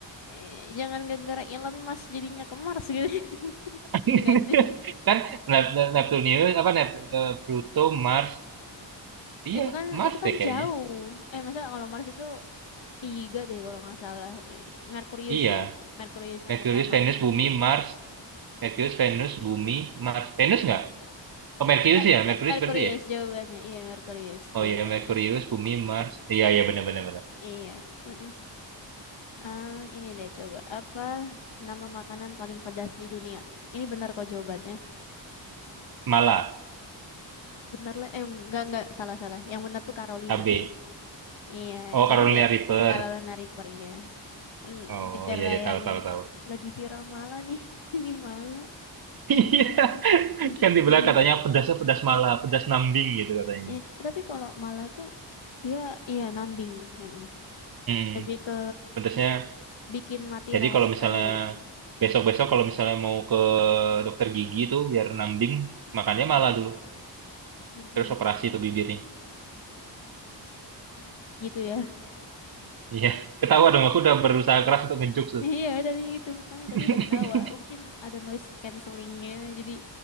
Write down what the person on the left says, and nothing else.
eh, jangan gara-gara Elon Musk jadinya ke Mars gitu. <laughs>
Enggak sih.
Itu kan
itu kan
jauh. Eh masa kalau Mars itu tiga deh kalau nggak salah. Eh, Merkurius
sih. Merkurius yang
pertama.
Me-
me-
Merkurius
jawabannya. Iya, Merkurius
jawabannya.
Iya. Mm-mm. Ah, ini deh coba apa nama makanan paling pedas di dunia? Ini benar kok jawabannya.
Bener lah. Eh enggak enggak salah salah. Yang benar tuh Carolina.
Iya,
cabe
kalau Lana River ya. En-
Gegara
yang
lagi viral malah nih, <laughs> ini malah.
Iya.
Jadi,
iya. Tapi kalau malah tuh dia iya nambing, mm-mm.
Lebih ke
bikin mati
rasa
gitu.
Mm.
Mm-mm.
Gitu ya.
<laughs>
Iya, tadi itu makanya
tadi udah ketawa. Mungkin ada noise cancellingnya, jadi